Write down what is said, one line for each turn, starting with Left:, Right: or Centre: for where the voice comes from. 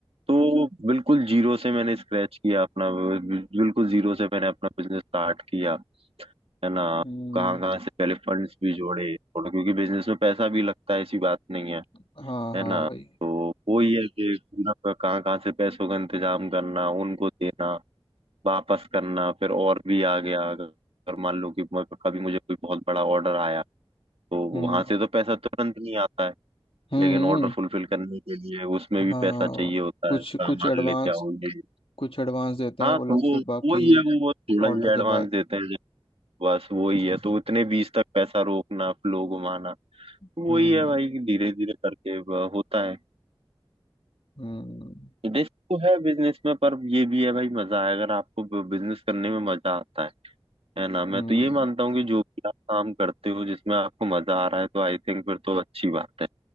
Right: तो बिल्कुल जीरो से मैंने स्क्रैच किया अपना बिल्कुल जीरो से मैंने अपना बिजनेस स्टार्ट किया है ना
Left: हम्म
Right: कहाँ कहाँ से पहले फंड्स भी जोड़े और क्योंकि बिजनेस में पैसा भी लगता है ऐसी बात नहीं है
Left: हाँ
Right: है
Left: हाँ
Right: ना
Left: भाई
Right: तो वो ही है कि पूरा कहाँ कहाँ से पैसों का इंतजाम करना उनको देना वापस करना फिर और भी आ गया अगर अगर मान लो कि मैं- कभी मुझे कोई बहुत बड़ा ऑर्डर आया तो
Left: हम्म
Right: वहां से तो पैसा तुरंत नहीं आता है
Left: हम्म
Right: लेकिन ऑर्डर
Left: हम्म,
Right: फुलफिल करने के लिए उसमें भी
Left: हाँ
Right: पैसा
Left: हाँ,
Right: चाहिए होता
Left: कुछ
Right: है सामान
Left: कुछ एडवांस
Right: लेके आओगे
Left: कुछ एडवांस देते
Right: हाँ
Left: हैं वो
Right: तो
Left: लोग
Right: वो
Left: फिर बाकी
Right: वो ही है वो वो थोड़ा
Left: ऑर्डर
Right: ही
Left: के
Right: एडवांस
Left: बाद
Right: देते हैं बस वही है तो इतने बीस तक पैसा रोकना फ्लो घुमाना
Left: हम्म
Right: वही है भाई कि धीरे धीरे करके ब- होता है
Left: हम्म
Right: रिस्क तो है बिजनेस में पर ये भी है भाई मजा है अगर आपको बिजनेस करने में मजा आता है है ना मैं
Left: हम्म
Right: तो ये मानता हूँ कि जो भी आप काम करते हो जिसमें आपको मजा आ रहा है तो आई थिंक फिर तो अच्छी बात है